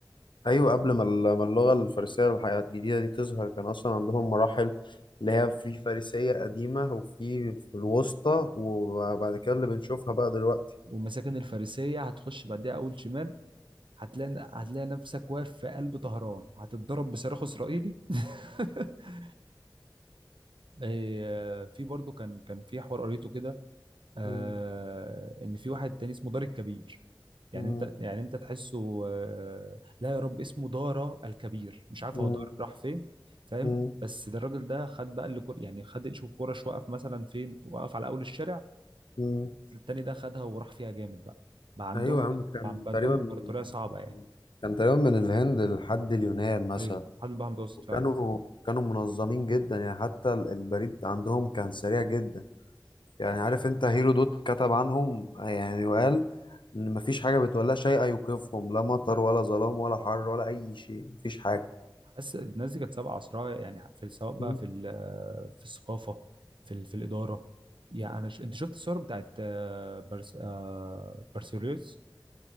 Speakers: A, on the left; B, on the right.
A: ايوه قبل ما ال- ما اللغه الفارسيه الحياه الجديده دي تظهر كان اصلا عندهم مراحل اللي هي في فارسيه قديمه وفي في الوسطى وبعد كده اللي بنشوفها بقى دلوقتي
B: ومساكن الفارسيه هتخش بعدها اول شمال هتلاقي هتلاقي نفسك واقف في قلب طهران هتتضرب بصاروخ اسرائيلي <laughs> إيه، في برضه كان كان في حوار قريته كده آه
A: <laughs>
B: ان في واحد تاني اسمه دار الكبير يعني
A: مم.
B: انت يعني انت تحسه آه لا يا رب اسمه دارا الكبير مش عارف
A: مم.
B: هو دار راح فين فاهم
A: مم.
B: بس ده الراجل ده خد بقى اللي كر... يعني خد شوف كرة وقف مثلا فين وقف على اول الشارع
A: مم.
B: التاني ده خدها وراح فيها جامد بقى بقى عندهم
A: ايوه يا عم كان
B: بقى
A: تقريبا
B: عندهم امبراطورية
A: من
B: صعبة يعني
A: كان تقريبا من الهند لحد اليونان مثلا
B: ايوه حد بقى متوسط
A: وكانوا
B: فعلا
A: كانوا منظمين جدا يعني حتى ال- البريد عندهم كان سريع جدا يعني عارف انت هيرودوت كتب عنهم يعني وقال ان مفيش حاجه بتولى شيء يوقفهم لا مطر ولا ظلام ولا حر ولا اي شيء مفيش حاجه
B: حاسس الناس دي كانت سابقة عصرها يعني في سواء بقى
A: مم.
B: في ال- في الثقافة في ال- في الإدارة يعني أنا ش... أنت شفت الصور بتاعت آه، برس... آه، بارسيليوس